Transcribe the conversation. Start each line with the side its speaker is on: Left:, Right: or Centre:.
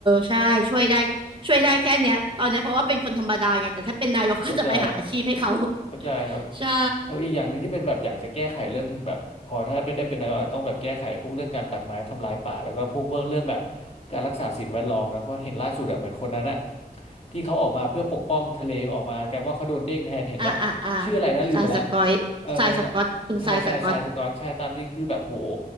Right: ใช่ช่วยได้ ช่วยได้แค่เนี้ยตอนเนี้ยเพราะว่าเป็นคนธรรมดาไงแต่ถ้าเป็นนายกก็จะไปหาอาชีพให้เขา
Left: เข้าใจ เข้าใจครับ
Right: <laughs> ใช่
Left: เอออีกอย่างหนึ่งที่เป็นแบบอยากจะแก้ไขเรื่องแบบพอถ้าเป็นได้เป็นนายกอาจจะต้องแบบแก้ไขพวกเรื่องการตัดไม้ทำลายป่าแล้วก็พวกเรื่องเรื่องแบบการรักษาสิ่งแวดล้อมนะเพราะเห็นล่าสุดอะเหมือนคนนั้นอะที่เขาออกมาเพื่อปกป้องทะเลออกมากันว่าเขาโดนเด้งแทนเห็นปะชื่ออะไรนะลืมมาละ
Right: อ่าอ่าอ่าทรายสกอยทรายสกอตคุณทรายสกอต
Left: เออเออนะใช่ใช่ทรายสกอตใช่ตามจริงคือแบบโห